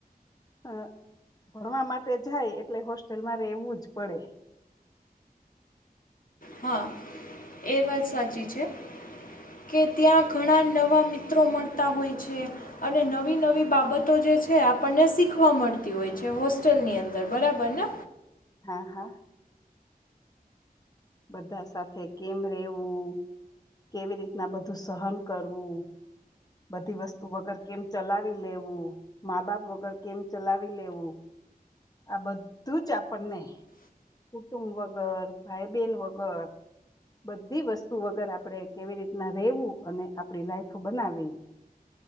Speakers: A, on the left; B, on the left.
A: ભ ભણવા માટે જાય એટલે હોસ્ટેલમાં રહેેવું જ પડે
B: હા એ વાત સાચી છે કે ત્યાં ઘણા નવા મિત્રો મળતા હોય છે અને નવી નવી બાબતો જે છે આપણને શીખવા મળતી હોય છે હોસ્ટેલની અંદર બરાબર ને
A: હા હા બધા સાથે કેમ રેવું કેવી રીતના બધું સહન કરવું બધી વસ્તુ વગર કેમ ચલાવી લેવું મા બાપ વગર કેમ ચલાવી લેવું આ બધું જ આપણને કુટુંબ વગર ભાઈ બેન વગર બધી વસ્તુ વગર આપણે કેવી રીતના રહેેવું અને આપડી લાઈફ બનાવી